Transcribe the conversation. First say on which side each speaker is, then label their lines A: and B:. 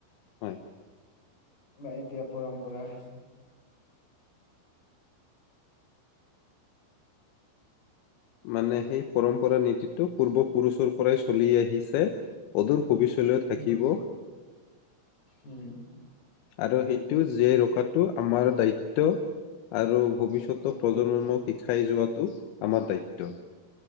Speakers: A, on the left; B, on the left.
A: হয়।
B: বা এতিয়া পৰম্পৰা হৈছে।
A: মানে সেই পৰম্পৰা নীতিটো পূৰ্বপুৰুচৰ পৰাই চলি আহিছে অদূৰ ভৱিষ্যলৈ থাকিব।
B: উম উম,
A: আৰু সেইটো জীয়াই ৰখাটো আমাৰ দায়িত ত্ব আৰু ভৱিষ্যতক
B: কৰ্তব্য
A: প্ৰজনক শিকাই যোৱাটো আমাৰ দায়িত্ব।